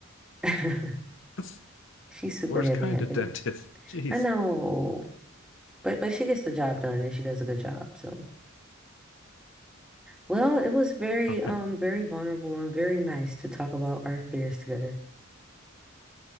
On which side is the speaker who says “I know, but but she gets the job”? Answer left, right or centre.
Centre